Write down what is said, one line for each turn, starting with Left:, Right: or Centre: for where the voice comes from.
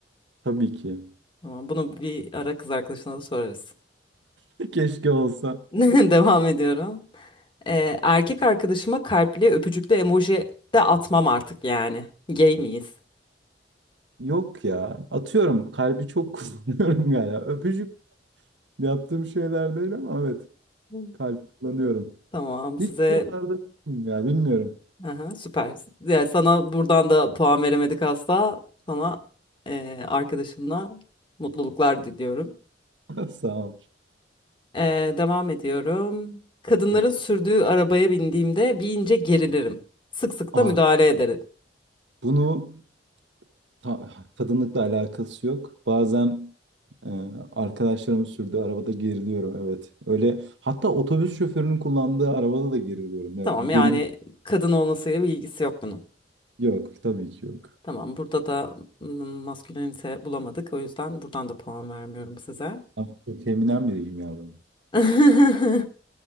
Right: tabii ki.
Left: Tamam. Bunu bir ara kız arkadaşına da sorarız.
Right: <laughs> Keşke olsa.
Left: <laughs> Devam ediyorum. Ee, erkek arkadaşıma kalpli öpücüklü emoji de atmam artık yani. Gay miyiz?
Right: Yok ya. Atıyorum kalbi çok <laughs> kullanıyorum galiba. Öpücük yaptığım şeyler değil ama evet
Left: Hı.
Right: kalp kullanıyorum.
Left: Tamam size
Right: Hiç buralarda yokum ya bilmiyorum.
Left: Aha, süper. Ya sana buradan da puan veremedik asla. Sana e, arkadaşınla mutluluklar diliyorum.
Right: <laughs> Sağ ol.
Left: E, devam ediyorum. Kadınların
Right: Peki.
Left: sürdüğü arabaya bindiğimde bir ince gerilirim. Sık sık
Right: Ah
Left: da müdahale ederim.
Right: bunu ta- kadınlıkla alakası yok. Bazen e, arkadaşlarım sürdüğü arabada geriliyorum evet. Öyle hatta otobüs şoförünün kullandığı arabada da geriliyorum ya.
Left: Tamam
Right: Bu
Left: yani
Right: benim
Left: kadın olmasıyla bir ilgisi yok bunun.
Right: yok tabii ki yok.
Left: Tamam, burada da mm, maskülenite bulamadık. O yüzden buradan da puan vermiyorum size.
Right: Ama çok feminen biriyim ya ben.
Left: <laughs>